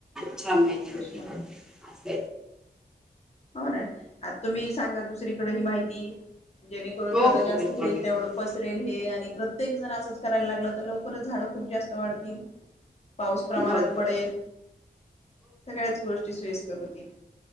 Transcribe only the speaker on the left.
चष्मा
घाल
हो ना आता तुम्ही सांगा दुसरीकडे ही माहिती जेणेकरून
जेवढं जास्त
होईल
तेवढं पसरेल हे आणि प्रत्येक जण असंच करायला लागलं तर लवकरच झाड खूप जास्त वाढतील पाऊस प्रमाणात
पडेल.
सगळ्याच गोष्टी सोयीस्कर होतील.